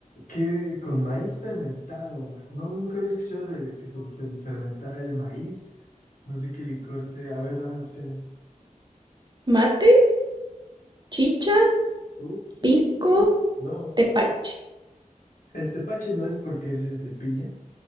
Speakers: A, on the left; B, on the right.
A: ¿qué con maíz fermentado? No, nunca había escuchado del que se fer- fermentara el maíz. No sé qué licor sea. A ver, dame opciones.
B: Mate, chicha,
A: Uh,
B: pisco,
A: no,
B: tepache.
A: pues. El tepache no es porque es de piña